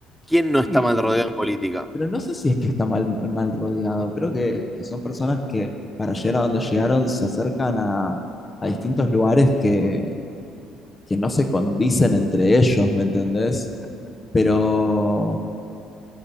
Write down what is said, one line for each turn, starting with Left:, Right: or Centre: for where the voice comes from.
Centre: ¿Quién no
Left: Sí.
Centre: está mal rodeado en política?
Left: Pero no sé si es que está mal, mal rodeado. Creo que, que son personas que para llegar a donde llegaron se acercan a, a distintos lugares que, que no se condicen entre ellos, ¿me entendés? Pero